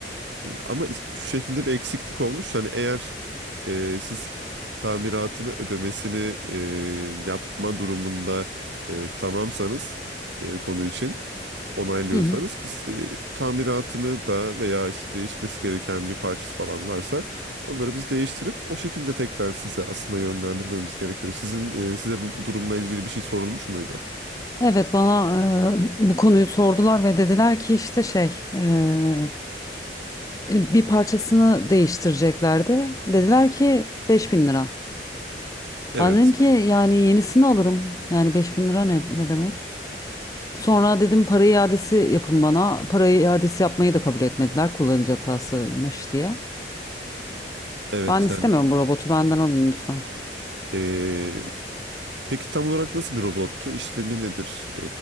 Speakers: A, on the right; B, on the left.
A: ama is- şu şekilde bir eksiklik olmuş. Hani eğer e, siz tamiratını ödemesini e, yapma durumunda e, tamamsanız e, konu için onaylıyorsanız
B: Hı hı.
A: biz e, tamiratını da veya işte değişmesi gereken bir parçası falan varsa onları biz değiştirip o şekilde tekrar size aslında yönlendirmemiz gerekiyor. Sizin e, size bu, bu durumla ilgili bir şey sorulmuş muydu?
B: Evet bana e, bu konuyu sordular ve dediler ki işte şey e, e, bir parçasını değiştireceklerdi. Dediler ki 5000 lira.
A: Evet.
B: Ben dedim ki yani yenisini alırım. Yani 5000 lira ne, ne demek? Sonra dedim para iadesi yapın bana. Para iadesi yapmayı da kabul etmediler kullanıcı hatasıymış diye.
A: Evet
B: Ben istemiyorum
A: yani
B: bu robotu benden alın lütfen.
A: e, peki tam olarak nasıl bir robottu? İşlemi nedir